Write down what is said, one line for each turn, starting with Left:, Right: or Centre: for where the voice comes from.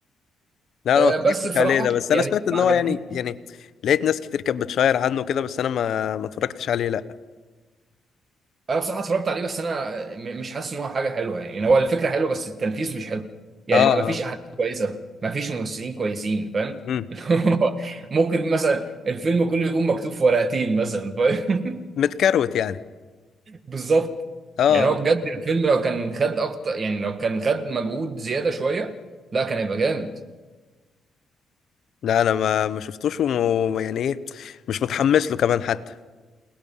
Left: لا انا
Right: آه،
Left: ما اتفرجتش
Right: بس بصراحة
Left: عليه ده بس
Right: يعني
Left: انا سمعت ان
Right: ما عجبنيش
Left: هو يعني يعني لقيت ناس كتير كانت بتشاير عنه كده بس انا ما ما اتفرجتش عليه لا
Right: انا بصراحة اتفرجت عليه بس انا م- مش حاسس ان هو حاجة حلوة يعني يعني هو الفكرة حلوة بس التنفيذ مش حلو يعني
Left: اه
Right: ما فيش
Left: اه
Right: احداث كويسة ما فيش ممثلين كويسين فاهم
Left: امم
Right: <laughs> ممكن مثلا الفيلم كله يكون مكتوب في ورقتين مثلا فاهم
Left: متكروت يعني
Right: بالظبط
Left: اه آه.
Right: يعني هو اه بجد الفيلم لو كان خد اكتر يعني لو كان خد مجهود زياده شويه لا كان هيبقى جامد
Left: لا انا ما ما شفتوش وم... يعني ايه مش متحمس له كمان حتى